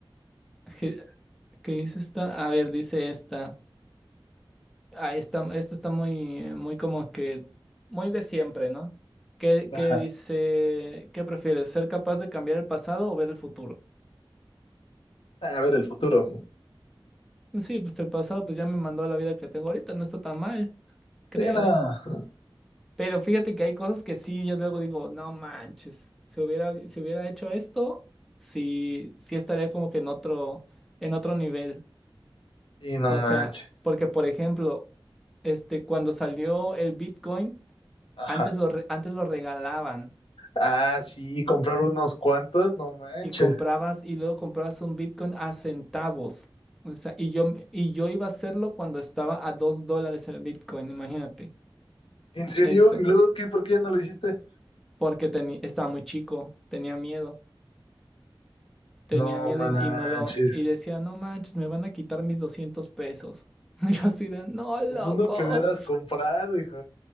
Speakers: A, in the centre; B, on the left.
A: ¿Qué, qué dice esta? A ver, dice esta. Ah, esta, esta está muy, muy como que, muy de siempre, ¿no? ¿Qué,
B: Ajá.
A: qué dice? ¿Qué prefieres, ser capaz de cambiar el pasado o ver el futuro?
B: A ver el futuro.
A: Sí, pues el pasado pues ya me mandó a la vida que tengo ahorita, no está tan mal, creo.
B: Sí, no.
A: Pero fíjate que hay cosas que sí, yo luego digo, no manches, si hubiera, si hubiera hecho esto, sí, sí estaría como que en otro, en otro nivel.
B: Sí, no
A: O
B: manches.
A: sea, porque por ejemplo, este, cuando salió el Bitcoin,
B: Ajá.
A: antes lo, re- antes lo regalaban
B: Ah, sí, comprar unos cuantos, no manches.
A: y comprabas y luego comprabas un Bitcoin a centavos. O sea, y yo, y yo iba a hacerlo cuando estaba a dos dólares el Bitcoin, imagínate.
B: ¿En serio?
A: Ento-
B: ¿Y luego qué? ¿Por qué ya no lo hiciste?
A: porque teni- estaba muy chico, tenía miedo, tenía
B: No
A: miedo
B: manches.
A: y, y no lo, y decía, no manches, me van a quitar mis 200 pesos. <laughs> Y yo así de, no, loco.
B: Con uno que hubieras comprado, hijo.